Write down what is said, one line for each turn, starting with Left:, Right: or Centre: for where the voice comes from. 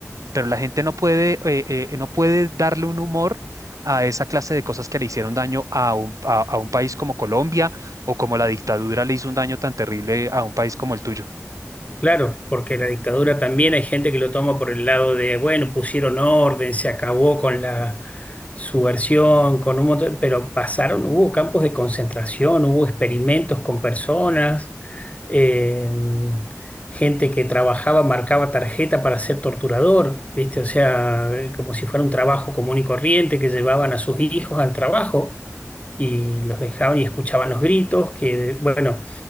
Right: pero la gente no puede, eh, eh, eh, no puede darle un humor a esa clase de cosas que le hicieron daño a un, a a un país como Colombia o como la dictadura le hizo un daño tan terrible a un país como el tuyo.
Left: Claro, porque la dictadura también hay gente que lo toma por el lado de, bueno, pusieron orden, se acabó con la subversión, con un montón, pero pasaron, hubo campos de concentración, hubo experimentos con personas, eh, gente que trabajaba, marcaba tarjeta para ser torturador, ¿viste? O sea, eh, como si fuera un trabajo común y corriente que llevaban a sus hijos al trabajo y los dejaban y escuchaban los gritos, que, bueno